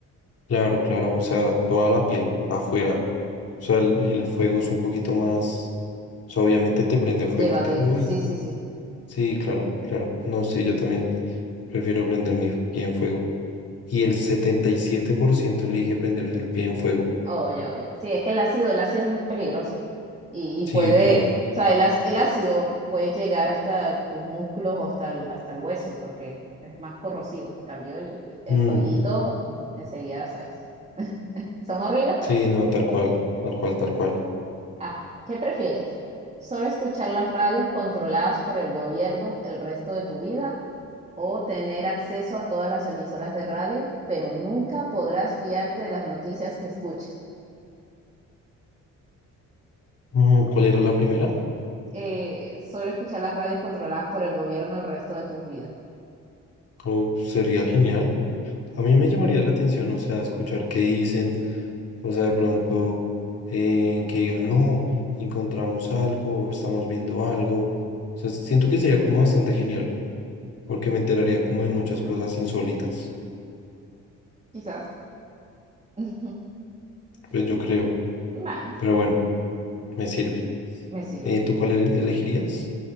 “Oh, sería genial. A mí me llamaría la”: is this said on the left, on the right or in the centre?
Left